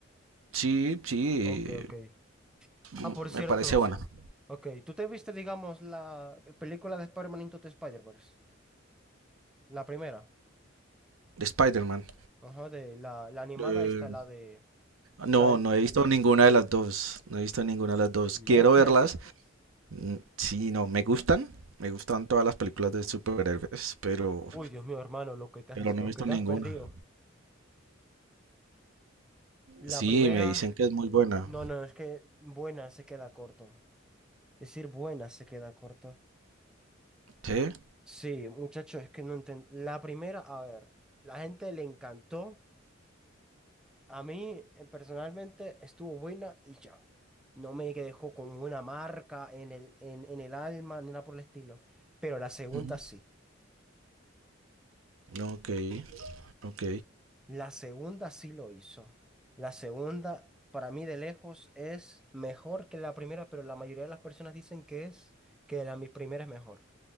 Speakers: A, on the right (about 85°); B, in the centre.
A: Sí, sí,
B: Ok, ok.
A: mm,
B: Ah, por cierto.
A: me parece buena.
B: Ok, ¿tú te viste, digamos, la película de Spider-Man Into the Spider-Verse? La primera.
A: De Spider-Man.
B: Ajá, de la, la animada
A: Eh,
B: está la de.
A: No,
B: La del.
A: no he visto ninguna de las dos. No he visto ninguna de las dos.
B: No
A: Quiero
B: te
A: verlas.
B: has.
A: Mm, Sí, no, me gustan. Me gustan todas las películas de superhéroes, pero,
B: Uy, Dios mío, hermano, lo que te
A: pero
B: has,
A: no
B: lo
A: he visto
B: que te
A: ninguna.
B: has perdido. La
A: Sí,
B: primera.
A: me dicen que es muy buena.
B: No, no, es que buena se queda corto. Decir buena se queda corto.
A: ¿Sí?
B: Sí, muchacho, es que no entiendo. La primera, a ver, la gente le encantó. A mí, eh, personalmente, estuvo buena y ya. No me dejó con una marca en el, en, en el alma ni nada por el estilo. Pero la segunda
A: Ujú.
B: sí.
A: Ok, ok.
B: La segunda sí lo hizo. La segunda, para mí de lejos, es mejor que la primera, pero la mayoría de las personas dicen que es, que la mi primera es mejor.